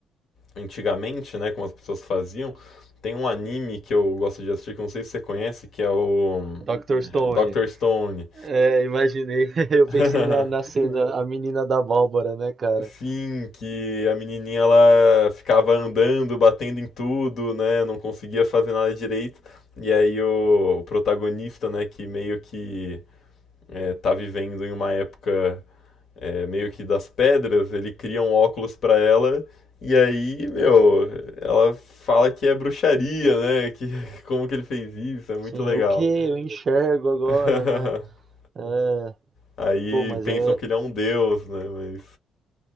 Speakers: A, on the left (about 65°); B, on the right (about 45°).
A: antigamente, né, como as pessoas faziam, tem um anime que eu gosto de assistir, que eu não sei se você conhece, que é o
B: Dr. Stone.
A: é, Dr. Stone.
B: É, imaginei. <laughs> Eu
A: <laughs>
B: pensei na, na cena, a menina da Bárbara, né, cara?
A: Sim, que a menininha ela ficava andando, batendo em tudo, né, não conseguia fazer nada direito. E aí o, o protagonista, né, que meio que eh, tá vivendo em uma época eh, meio que das pedras, ele cria um óculos pra ela. E aí, meu, ela fala que é bruxaria, né? Que <laughs> como que ele fez isso? É muito
B: Sim,
A: legal.
B: o que eu enxergo agora,
A: <laughs>
B: né? É,
A: Aí
B: pô, mas
A: pensam
B: é,
A: que ele é um deus, né? Mas